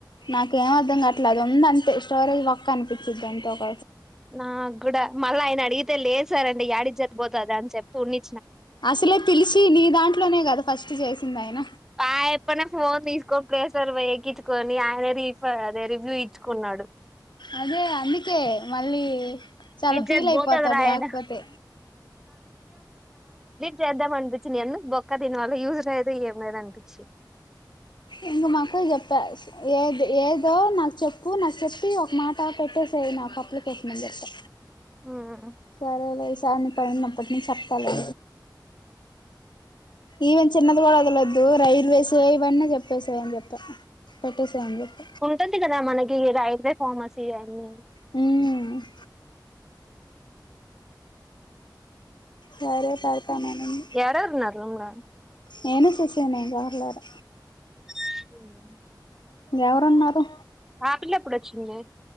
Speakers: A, on the left; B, in the centre.
A: నాకేం అర్థం కావట్లే అది ఉంది అంతే స్టోరేజ్ బొక్క అనిపించింది అంతే ఒక
B: నా కుడా మళ్ళ ఆయన అడిగితే లేద్ సార్ అండి యాడికి చెప్పి పొతదా అని ఉన్ని
A: అసలే తేలిసి నీదాంట్లో ఇట్లోనే కదా ఫస్ట్ చేసింది ఆయన
B: ఆయాపనే ఫోన్ తీసుకొని ప్లే స్టోర్ వేళ్ళి ఎక్కించుకొని ఆయన రిఫర్ అదే రివ్యూ ఇచ్చుకున్నాడు
A: అదే అందికే మళ్ళీ చాలా
B: ఇజ్జత్
A: ఫీల్ అయిపోతాడు
B: పోతదిరా ఆయన
A: లేకపోతే
B: చేద్దాం అనిపించింది ఎందు బొక్క దీని వాళ్ళ యూస్ లేదు ఏం లేదు అనిపించి
A: ఇంగ మా అక్క కు చెప్పా ఏ ఏదో నాకు చెప్పు నాకు చెప్పి ఒక మాట పెట్టేసే నాకు అప్లికేషన్ అని చెప్పా
B: ఉమ్
A: సరేలే ఈ సారి నేను పైన ఉన్నప్ అప్పటి నుంచి చెప్తాలే ఈవెన్ చిన్నది కూడా వదలదు రైల్వేస్ ఇవన్నీ చెప్పేసాయ అని చెప్ప పెట్టేసేయ్ అని చెప్ప
B: ఉంటది కదా మనకి రైల్వే ఫార్మసీ అని
A: హ్మ్ సరే పెడతాననింది
B: యడున్నారు రూమ్ లా
A: నేను ససినే ఇంక ఎవరు లేరు
B: హ్మ్
A: ఎవరున్నారు
B: ఆ పిల్ల ఎప్పుడోచింది